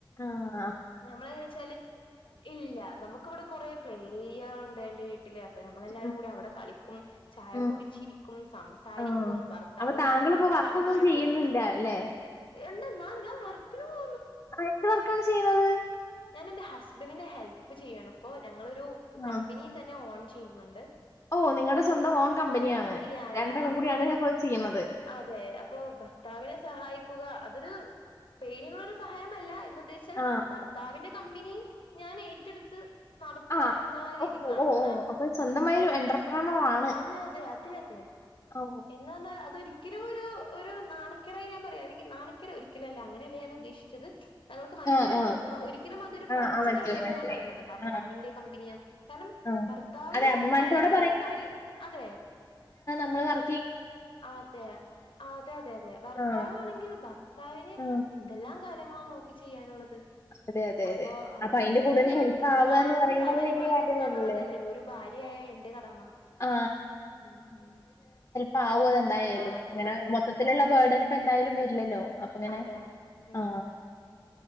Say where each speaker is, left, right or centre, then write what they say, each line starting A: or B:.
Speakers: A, on the left; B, on the left.
A: ആഹ്
B: നമ്മളെങ്ങനെ വെച്ചാല് ഇല്ല നമുക്കിവിടെ കൊറെ പ്ലേ ഏരിയകളുണ്ട് എന്റെ വീ- ട്ടില്ലേ അപ്പൊ നമ്മളെല്ലാരും
A: ഉം.
B: കൂടി അവിടെ കളിക്കും ചായ
A: ഉം.
B: കുടിച്ചിരിക്കും സംസാരിക്കും
A: ആ.
B: ഭർത്താവ്
A: അപ്പൊ താങ്കളിപ്പോ
B: വന്നാൽ ഭർത്താവുമായിട്ട്
A: വർക്കൊന്നും ചെയ്യുന്നില്ല ല്ലേ?
B: ഇണ്ടെന്നാ ഞാൻ വർക്കിന് പോ
A: അയിൻ്റ വർക്കാ ചെയ്യുന്നത്
B: ഞാൻ എന്റെ ഹസ്ബന്റിനെ ഹെൽപ് ചെയ്യാണിപ്പോ ഞങ്ങള് രു
A: ആ.
B: കമ്പിനി തന്നെ ഓണ ചെയ്യുന്നുണ്ട്
A: ഓ നിങ്ങടെ സ്വന്തം ഓൺ കമ്പനിയാണ്
B: യാ
A: രണ്ടെണ്ണം
B: യാ അപ്പോ
A: കൂടിയാണ് ഇതൊക്കെ ചെയ്യണത്
B: അതെ അപ്പോ ഭർത്താവിനെ സഹായിക്കുക അതൊരു പേരിനൊരു സഹായവല്ല ച്ചാൽ
A: ആ.
B: ഭർത്താവിന് കമ്പനി ഞാൻ ഏറ്റെടുത്ത് നടത്തുക
A: ആ.
B: എന്നുള്ള രീതിക്കാണ്
A: ഓ! ഓ!
B: കാരണം
A: ഓ! അപ്പൊ സ്വന്തമായി ഒരു എന്റർപ്രണർ ആണ്.
B: അതെ അതെ അതെ
A: ഓ!
B: എന്നു പറഞ്ഞാ അതൊരി ക്കിലും ഒരു ഒരു നാണക്കേടായി ഞാൻ പറയാല നാണക്കേട് ഒരിക്കലുല്ല അങ്ങനെയല്ല ഞാൻ ഉദ്ദേശിച്ചത് ഇവർക്ക് മനസ്സിലായെന്ന്
A: ആ, ആ.
B: കരുതുന്നു ഒരിക്കലും അത്
A: ആ,
B: കുറച്ചിലായിട്ടല്ല
A: ആ. മനസ്സിലായി, മനസ്സിലായി.
B: ഞാൻ പറയുന്നത് ഭർത്താവിൻ്റെ
A: ആ,
B: കമ്പനിയാ കാരണം
A: ആ.
B: ഭർത്താവിന്
A: അതെ അഭിമാനത്തോടെ
B: അതിലേറെ കാര്യം അതെ
A: മ്മള് വർ
B: അതെ അതെ അതെ ഭർത്താവാണെങ്കിൽ
A: ആ.
B: ഭർത്താവിന്
A: ആ.
B: എന്തെല്ലാം കാര്യങ്ങള് നോക്കി ചിയ്യാനുള്ളത്
A: അതെ, അതെ,
B: അപ്പൊ
A: അതെ.
B: അദ്ദേഹത്തിന്
A: അയിന്റെ കൂടെ
B: ഒരു
A: ഹെൽപ്പ് ആവാന്ന്
B: താങ്ങും
A: പറയുമ്പോ
B: തണലുമായി
A: അത് വലിയ കാര്യം
B: നിക്കാന്നുള്ളതല്ലേ
A: തന്നല്ലേ?
B: ഒരു ഭാര്യയായ എന്റെ കടമ
A: ആ.
B: ഉം
A: പാവും അതെന്തായാലും
B: ആഹ്
A: ഇങ്ങനെ
B: അതെ
A: മൊത്തത്തിലുള്ള ബേർഡന് ഇപ്പ എന്തായാലും വരില്ലല്ലോ അപ്പങ്ങനെ
B: അതെ ഉം
A: ആ.